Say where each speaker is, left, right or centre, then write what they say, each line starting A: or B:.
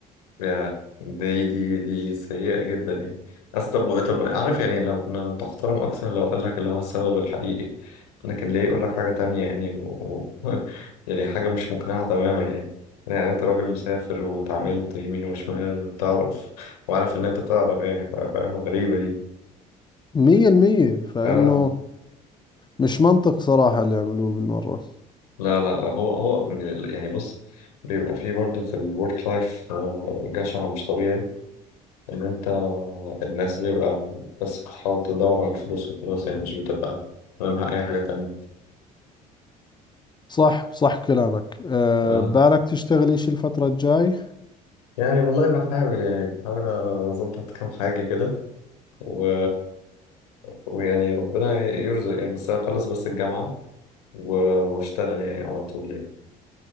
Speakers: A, on the left; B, on the left.
A: يا دي دي دي سيئة جدا يعني أصل طب طب عارف يعني لو كنا بتحترم أكتر لو قال لك اللي هو السبب الحقيقي لكن ليه يقول لك حاجة تانية يعني و... و... <laughs> يعني حاجة مش مقنعة تماما يعني يعني أنت راجل مسافر واتعاملت يمين وشمال وبتعرف وعارف إن أنت بتعرف يعني ف- فاهم غريبة دي
B: مية المية فإنه
A: آه
B: مش منطق صراحة اللي عملوه بالمرة
A: لا لا هو هو يعني بص بيبقى فيه برضه في الورك لايف جشع مش طبيعي ان انت الناس بيبقى بس بتحاول تدور على الفلوس وخلاص يعني مش بتبقى همها اي حاجة تانية
B: صح صح كلامك أه
A: اه
B: بالك تشتغل إشي الفترة الجاي
A: يعني والله بحاول يعني بحاول اظبط كام حاجة كده و... ويعني ربنا يرزق يعني بس اخلص بس الجامعة و... واشتغل يعني على طول يعني